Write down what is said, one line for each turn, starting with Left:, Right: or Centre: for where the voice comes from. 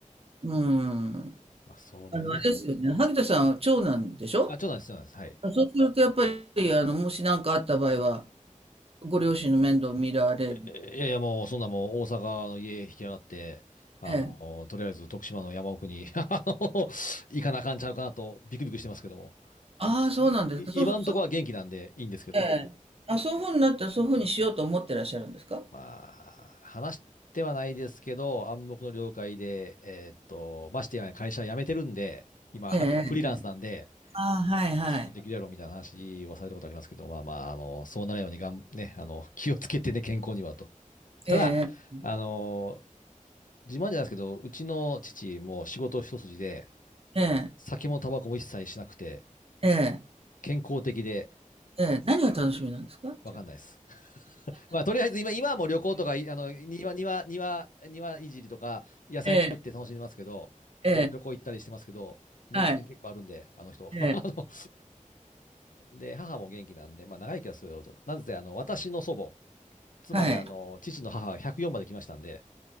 Right: うん。
Left: まあ、そうなりますよね。
Right: あの、あれですよね。萩田さんは長男でしょ
Left: あ、ちょっとです、そうなんです。はい。
Right: そうするとやっぱり、あの、もし何かあった場合は、ご両親の面倒を見られる。
Left: えいやいや、もう、そんなもう、大阪の家引き払って、あの、
Right: ええ。
Left: とりあえず徳島の山奥に、<laughs> あの、行かなあかんちゃうかなと、ビクビクしてますけども。
Right: ああ、そうなんですか。
Left: い今んとこは元気なんでいいんですけど。
Right: そうそう、そう、ええ。あ、そういうふうになったらそういうふうにしようと思ってらっしゃるんですか
Left: まあ、話してはないですけど、暗黙の了解で、えーっと、ましてや会社辞めてるんで、今、
Right: ええ。
Left: <laughs> フリーランスなんで、
Right: ああ、はいはい。
Left: 仕事できるやろみたいな話はされたことありますけど、まあまあ、あの、そうならないようにがん、ね、あの、気をつけてね、健康にはと。ただ、
Right: ええ、
Left: あの自慢じゃないですけど、うちの父も仕事一筋で、
Right: ええ、
Left: 酒もタバコも一切しなくて、
Right: ええ、
Left: 健康的で、
Right: ええ、何が楽しみなんですかじゃあ。
Left: わかんないです。まあ、とりあえず今、今はもう旅行とか、いあの、庭、庭、庭、庭いじりとか、野菜作って楽しんでますけど、
Right: ええ、
Left: あと旅行行ったりしてますけど、
Right: ええ、
Left: 年金結構あるんで、
Right: はい、
Left: あの人。<laughs>
Right: ええ、
Left: あので、母も元気なんで、まあ、長生きはするだろうと。なぜ、あの、私の祖母、つまり、
Right: はい。
Left: あの、父の母は104まで来ましたんで、